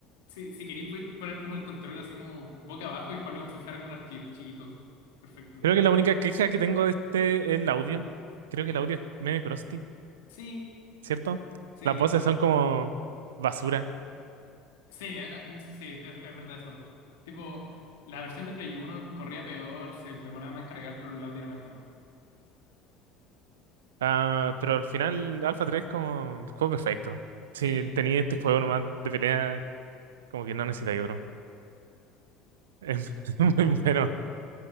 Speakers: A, on the left; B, on the right.
A: Si, si queréis, podéis poner como el control así como boca abajo y jugarlo como si fuera como un arcade chiquito. Perfecto.
B: Creo que la única queja que tengo de este es el audio. Creo que el audio es medio crusty,
A: Sí,
B: ¿cierto?
A: sí,
B: Las voces son como basura.
A: sí, eh, eh, sí, es, es verdad eso. Tipo, la versión de Play Uno corría peor, se demoraba más en cargar, pero el audio era mejor.
B: Ah, pero al final Alpha 3 es como el juego perfecto. Si
A: Sí,
B: tenía este juego nomás de pelea, como que no necesitáis otro. <laughs> Es muy bueno.